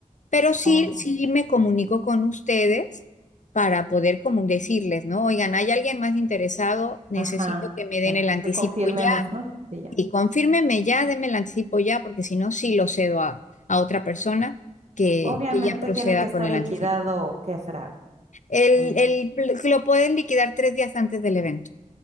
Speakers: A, on the left; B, on the right.
A: Pero sí,
B: ok.
A: sí me comunico con ustedes para poder como decirles, ¿no? Oigan, ¿hay alguien más interesado? Necesito
B: Ajá,
A: que me den
B: ya.
A: el anticipo
B: Que confirmemos,
A: ya.
B: ¿no? Sí, ya.
A: Y confírmeme ya, deme el anticipo ya, porque si no, sí lo cedo a, a otra persona que,
B: Obviamente
A: que ya proceda
B: tiene que estar
A: con el
B: liquidado,
A: anticipo.
B: ¿qué será?
A: El,
B: Con...
A: el- lo pueden liquidar tres días antes del evento.